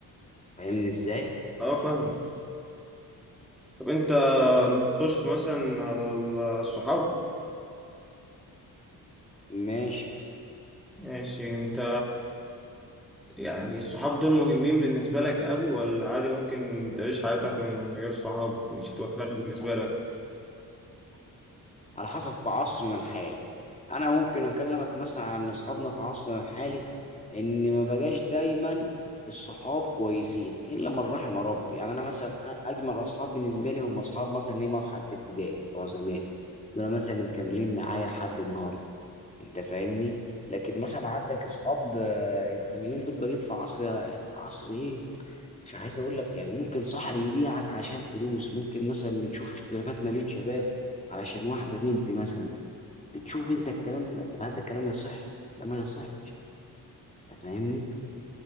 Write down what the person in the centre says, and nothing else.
اه فاهمك طب انت نخش مثلا على الصحاب
ماشي انت يعني الصحاب دول مهمين بالنسبة لك قوي ولا عادي ممكن تعيش حياتك من غير صحاب مش هتبقى فارقة بالنسبة لك؟